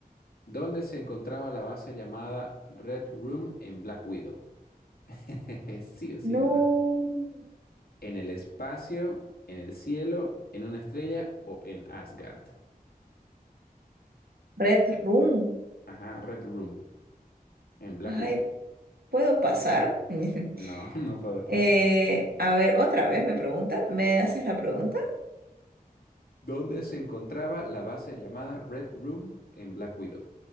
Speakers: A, on the left; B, on the right.
A: ¿Dónde se encontraba la base llamada Red Room en Black Widow? <laughs> Sí o sí,
B: No.
A: nada. ¿En el espacio, en el cielo, en una estrella o en Asgard?
B: Red Room.
A: Ajá, Red Room en Black
B: Ay,
A: Widow.
B: ¿puedo pasar? <laughs>
A: No, <laughs> no puede pasar.
B: Eh, a ver, otra vez me pregunta. ¿Me haces la pregunta?
A: ¿Dónde se encontraba la base llamada Red Room en Black Widow?